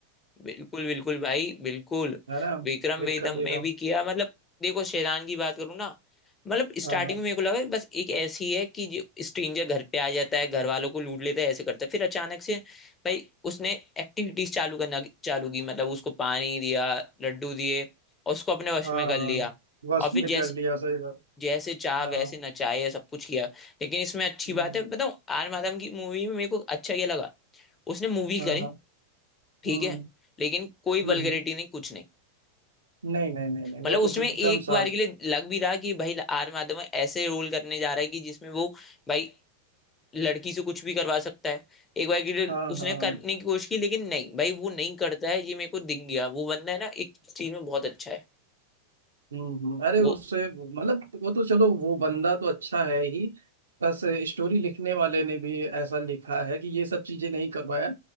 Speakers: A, on the left (about 20°); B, on the right (about 70°).
A: बिल्कुल बिल्कुल भाई बिल्कुल
B: है ना
A: विक्रम
B: विक्रम
A: वेदम
B: वेदा
A: में भी किया मतलब देखो शेरान की बात करूँ ना मतलब स्टार्टिंग
B: हाँ हाँ
A: में मेरे को लगा कि बस एक ऐसी है कि जो स्ट्रेंजर घर पे आ जाता है घर वालों को लूट लेता है ऐसे करता है फिर अचानक से भाई उसने एक्टिविटीज चालू करना चालू की मतलब उसको पानी दिया लड्डू दिए और उसको अपने वश
B: हाँ
A: में कर
B: हाँ
A: लिया
B: बस
A: और फिर
B: में
A: जैसे
B: कर लिया सही बात
A: जैसे चाह
B: हाँ
A: वैसे नचाए या सब कुछ किया लेकिन इसमें अच्छी
B: हम्म,
A: बात है बताऊं आर माधवन की मूवी में मेरे को अच्छा क्या लगा उसने मूवी
B: हाँ
A: करी
B: हाँ
A: ठीक
B: हम्म
A: है लेकिन कोई
B: हम्म,
A: वल्गरिटी
B: हम्म।
A: नहीं कुछ नहीं
B: नहीं नहीं नहीं नहीं
A: मतलब
B: वो
A: उसमें
B: तो एकदम
A: एक
B: साफ
A: बार के लिए लग भी रहा कि भाई आर माधवन ऐसे रोल करने जा रहा है कि जिसमें वो भाई लड़की से कुछ भी करवा सकता है एक बार के लिए
B: हाँ
A: उसने
B: हाँ हाँ।
A: करने की कोशिश की लेकिन नहीं भाई वो नहीं करता है ये मेरे को दिख गया वो बंदा है ना एक चीज में बहुत अच्छा है
B: हम्म हम्म, अरे
A: वो
B: उससे मतलब वो तो चलो वो बंदा तो अच्छा है ही बस स्टोरी लिखने वाले ने भी ऐसा लिखा है कि ये सब चीजें नहीं करवाया